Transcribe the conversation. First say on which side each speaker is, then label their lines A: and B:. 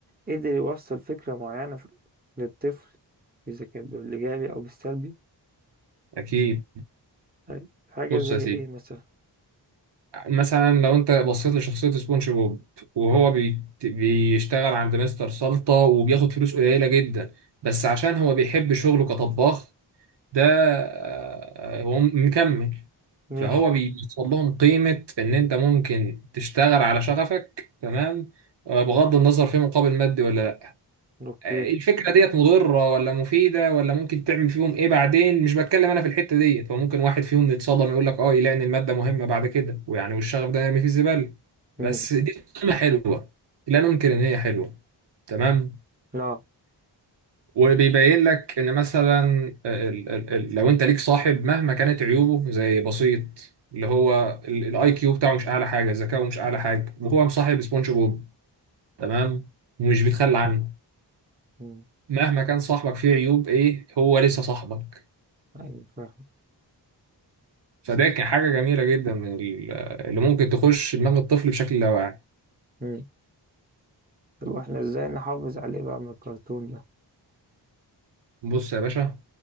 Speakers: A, on the right; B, on the right.
A: قدر يوصل فكرة معينة في- للطفل اذا كان بالايجابي او بالسلبي
B: اكيد
A: طيب حاجة
B: بص
A: زي
B: يا سيدي
A: ايه مثلا
B: مثلا لو انت بصيت لشخصية سبونج بوب وهو بي... بيشتغل عند مستر سلطة وبياخد فلوس قليلة جدا بس عشان هو بيحب شغله كطباخ ده آه، هو مكمل
A: ماشي
B: فهو بيوصل لهم قيمة ان انت ممكن تشتغل على شغفك تمام آه، بغض النظر في مقابل مادي ولا
A: اوكي
B: الفكرة ديت مضرة ولا مفيدة ولا ممكن تعمل فيهم ايه بعدين مش بتكلم انا في الحتة ديت هو ممكن واحد فيهم يتصدم يقول لك اه يلاقي ان المادة مهمة بعد كده ويعني والشغف ده نرمي فيه الزبالة
A: مم.
B: بس دي قيمة حلوة لا ننكر ان هي حلوة تمام
A: لا
B: وبيبين لك ان مثلا آه، ال- ال- ال- لو انت ليك صاحب مهما كانت عيوبه زي بسيط اللي هو الاي كيو بتاعه مش اعلى حاجة ذكاؤه مش اعلى حاجة وهو مصاحب سبونج بوب تمام ومش بيتخلى عنه
A: مم.
B: مهما كان صاحبك فيه عيوب ايه هو لسه صاحبك
A: ايوه فاهم
B: فده كان حاجة جميلة جدا من ال- اللي ممكن تخش دماغ الطفل بشكل لا واعي
A: فاهم. طب احنا ازاي نحافظ عليه بقى من الكرتون ده
B: بص يا باشا